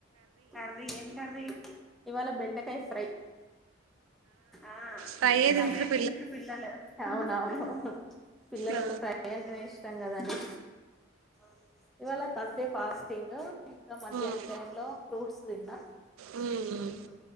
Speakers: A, in the centre; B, on the right.
A: కర్రీ ఎమ్ కర్రీ ఇవాళ బెండకాయ్ ఫ్రై ఆ
B: ఫ్రై యే
A: ఫ్రైయే
B: తింటారు
A: తింట్ర్రు పిల్లలు అవును అవును పిల్లలకు
B: ఆ,
A: ఫ్రై అంటేనే ఇష్టం కదండి. అవును ఇవాళ తార్స్ డే ఫాస్టింగ్ ఇంకా మధ్యాహ్నం
B: ఉమ్,
A: టైం లో ఫ్రూట్స్ తిన్న
B: ఉమ్,
A: హ్మ్